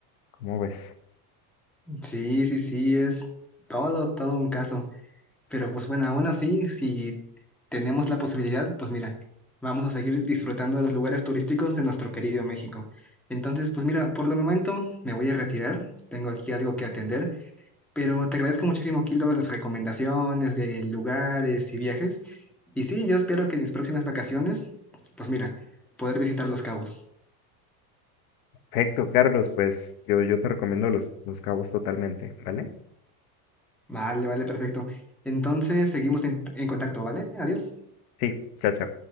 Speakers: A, on the left (about 80°); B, in the centre.
A: ¿Cómo ves?
B: Sí, sí, sí, es todo, todo un caso. Pero pues bueno, aún así, si tenemos la posibilidad, pues mira, vamos a seguir disfrutando de los lugares turísticos de nuestro querido México. Entonces, pues mira, por el momento me voy a retirar, tengo aquí algo que atender, pero te agradezco muchísimo, Kilo, las recomendaciones de lugares y viajes. Y sí, yo espero que en mis próximas vacaciones, pues mira, poder visitar Los Cabos.
A: Perfecto, Carlos, pues yo, yo te recomiendo los, los cabos totalmente, ¿vale?
B: Vale, vale, perfecto. Entonces, seguimos en en contacto, ¿vale? Adiós.
A: Sí, chao, chao.